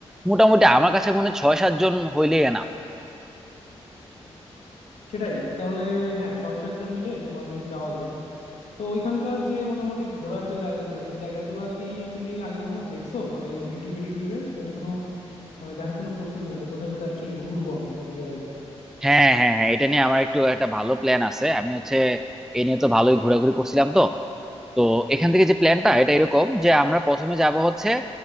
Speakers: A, in the centre; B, on the left.
A: মোটামুটি আমার কাছে মনে হয় ছয় সাত জন হইলেই না
B: সেটাই তাহলে হ্যাঁ ছয় সাতজন মিলে তোমার বেশ যাওয়া যায় তো ওইখানকার যে মোটামুটি ঘোরার যে জায়গাগুলো সেই জায়গাগুলো কি তুমি আগে কখনো দেখছো মানে ইউটিউবে টিউটিউবে তো কোনো মানে দেখাশোনা করছো কিনা যে কোথায় কোথায় অ্যাকচুয়ালি ঘুরবো আমরা ওই জায়গায় গিয়ে
A: হ্যাঁ হ্যাঁ হ্যাঁ এটা নিয়ে আমার একটু একটা ভালো প্ল্যান আছে আমি হচ্ছে এ নিয়ে তো ভালোই ঘোরাঘুরি করছিলাম তো তো এখান থেকে যে প্ল্যানটা এটা এরকম যে আমরা প্রথমে যাব হচ্ছে